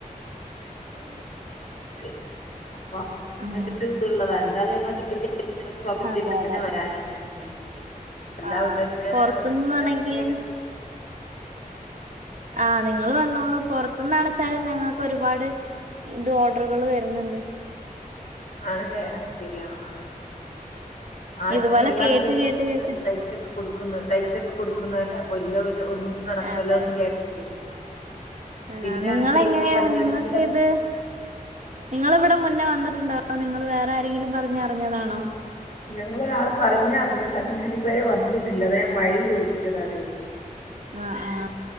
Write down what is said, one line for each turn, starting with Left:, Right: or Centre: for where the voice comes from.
Right: <inaudible>
Left: <unintelligible>
Right: ഉം
Left: ഷോപ്പിലേക്ക്
Right: അതെ
Left: തന്നെ
Right: അതെ
Left: വരാൻ കഴിയാണെങ്കിൽ. എല്ലാം
Right: ആ
Left: ഉണ്ടെങ്കി ഞാന്
Right: പുറത്തുനിന്നാണെങ്കിലും
Left: എൻ്റെ ഫ്രൺസിനെ ആയിട്ടൊന്ന്-
Right: ആഹ് നിങ്ങള് വന്നോളൂ കൊ - ഇവിടുന്ന് അയച്ചാലും ഞങ്ങൾക്ക് ഒരുപാട് ഇത് ഓർഡറുകൾ വരുന്നുണ്ട്.
Left: ആണല്ലെ അയ് ശരിയാ ആഹ് ആഹ് ആഹ്
Right: ഇതുപോലെ
Left: ഇങ്ങനെ എല്ലാം
Right: കേട്ട്
Left: ചെയ്ത്
Right: കേട്ട്
Left: കൊടുക്കുന്നല്ലോ
Right: കേട്ട്
Left: തയ്ച്ചൊക്കെ- കൊടുക്കുന്ന തയ്ച്ചൊക്കെ കൊടുക്കുന്നല്ലേ അപ്പൊ എല്ലാം ഒരു ഒന്നിച്ച് നടക്കല്ലോന്ന്
Right: അതെ
Left: വിചാരിച്ചിട്ടേ
Right: ആഹ്
Left: പിന്നെ
Right: നിങ്ങളെങ്ങനെയാ.
Left: ആണെങ്കില് ഇപ്പൊ കല്യാണത്തിലത്ര
Right: നിങ്ങക്ക് ഇത് - നിങ്ങള് ഇവിടെ മുന്നേ വന്നിട്ടുണ്ടോ അതോ നിങ്ങള് വേറെ ആരെങ്കിലും, പറഞ്ഞറിഞ്ഞതാണോ
Left: ഞങ്ങള് ഒരാള് പറഞ്ഞ് അറിഞ്ഞതാണ്. ഞാൻ ഇതുവരെ വന്നിട്ടില്ല. അതാ ഞാൻ വഴി ചോദിച്ചത് ആദ്യം
Right: ആഹ് ആഹ്.